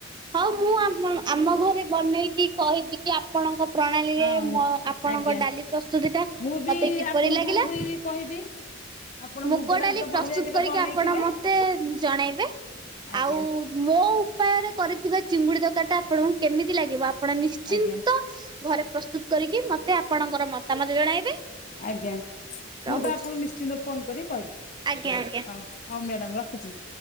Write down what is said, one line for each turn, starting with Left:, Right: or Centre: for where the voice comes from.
Right: ହଁ ମୁଁ ଆମ୍ ଆମ ଘରେ ବନେଇକି କହିବି କି ଆପଣଙ୍କ ପ୍ରଣାଳୀରେ
Left: ହଁ।
Right: ଆପଣଙ୍କ
Left: ଆଜ୍ଞା
Right: ଡାଲି ପ୍ରସ୍ତୁତି ଟା
Left: ମୁଁ ବି
Right: ମତେ କିପରି
Left: ଆପଣଙ୍କୁ
Right: ଲାଗିଲା।
Left: ବି କହିବି ଆପଣ
Right: ମୁଗ ଡାଲି
Left: ତ
Right: ପ୍ରସ୍ତୁତ
Left: ବଢ଼ିଆ କିରେ
Right: କରିକି
Left: ବନେଇଥିଲେ
Right: ଆପଣ ମତେ ଜଣେଇବେ?
Left: ଆଜ୍ଞା
Right: ଆଉ ମୋ ଉପାୟରେ କରିଥିବା ଚିଙ୍ଗୁଡି ତରକାରି ଟା ଆପଣଙ୍କୁ କେମିତି ଲାଗିବ ଆପଣ ନିଶ୍ଚିନ୍ତ
Left: ଆଜ୍ଞା
Right: ଘରେ ପ୍ରସ୍ତୁତ୍ କରିକି ମତେ ଆପଣଙ୍କର ମତାମତ ଜଣାଇବେ।
Left: ଆଜ୍ଞା ମୁଁ
Right: ରହୁଛି।
Left: ତ ଆପଣଙ୍କୁ ନିଶ୍ଚିନ୍ତ ଫୋନ୍ କରି କହିବି।
Right: ଆଜ୍ଞା ଆଜ୍ଞା
Left: ଓଉ ଓଉ ମ୍ୟାଡ଼ାମ ରଖୁଛି।